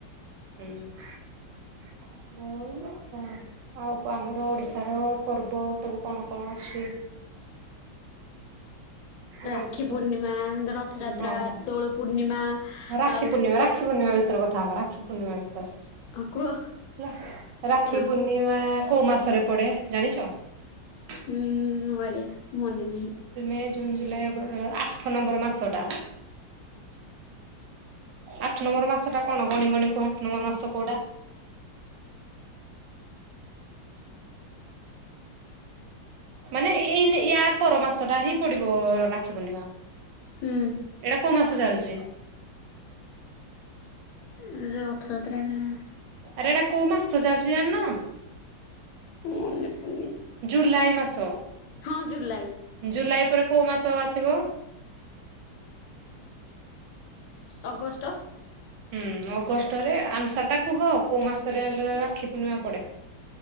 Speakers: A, on the right (about 75°); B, on the left (about 85°).
A: ହୁଁ ଆଉ କଣ? ଆଉ କଣ ଆମର ଓଡିଶାର ପର୍ବ ତବୁ କଣ କଣ ଅଛି?
B: ରାକ୍ଷୀ
A: ରଜ
B: ପୂର୍ଣ୍ଣିମା ରଥଯାତ୍ରା
A: ହଁ ହଁ
B: ଦୋଳ ପୂର୍ଣ୍ଣିମା।
A: ରାକ୍ଷୀ
B: ଆଉ
A: ପୂର୍ଣ୍ଣିମା
B: ହୋଲି
A: ରାକ୍ଷୀ ପୂର୍ଣି ବିଷୟରେ କଥା ହବା ରାକ୍ଷୀ ପୂର୍ଣ୍ଣିମା ବିଷୟ
B: କୁହ
A: ହେଲା ରାକ୍ଷୀ
B: ହଁ
A: ପୂର୍ଣ୍ଣିମା କୋଉ ମାସରେ ପଡେ ଜାଣିଛ? <unintelligible>
B: ହୁଁ ନୂଆଳିଆ ମନେ ନାହିଁ
A: ମେ ଜୁନ୍ ଜୁଲାଇ ଅଗ୍ ଆଠ ନମ୍ବର ମାସ ଟା। ଆଠ ନମ୍ବର ମାସଟା କଣ ଗଣିଗଣି କୁହ ଆଠ ନମ୍ବର ମାସଟା କୋଉଟା? ମାନେ ଏଇନେ ୟା ପର ମାସ ଟା ହିଁ ପଡିବ ରାକ୍ଷୀ ପୂର୍ଣ୍ଣିମା।
B: ହୁଁ।
A: ଏଟା କୋଉ ମାସ ଚାଲିଚି।
B: ଉଁ ଯୋଉ ରଥଯାତ୍ରା ଟାଇମ୍
A: ଆରେ ଏଟା କୋଉ ମାସ ଚାଲିଚି ଜାଣିନ।
B: ମନେ ପଡୁନି
A: ଜୁଲାଇ ମାସ।
B: ହଁ ଜୁଲାଇ
A: ଜୁଲାଇ ପରେ କୋଉ ମାସ ଆସିବ।
B: ଅଗଷ୍ଟ।
A: ହୁଁ ଅଗଷ୍ଟରେ ଆନ୍ସାର୍ ଟା କୁହ କୋଉ ମାସରେ ହେଲେ ରାକ୍ଷୀ ପୂର୍ଣ୍ଣିମା ପଡେ।